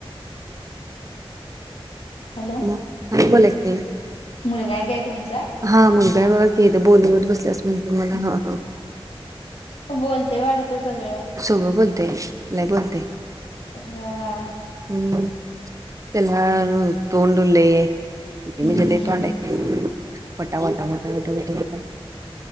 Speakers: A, on the left; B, on the right.
A: हॅलो?
B: हा बोला की
A: मुलं काय काय तुमचा?
B: हा मुलगाय बघा कि बोलवत बसल्यास म्हणते मला हा हा
A: हो बोलतेय वाटत सगळं?
B: सगळं बोलतय लय बोलतय
A: हा हा
B: हम्म त्याला तोड उलये,
A: हम्म
B: म लई तोडे वटा वटाटा वटाटाटा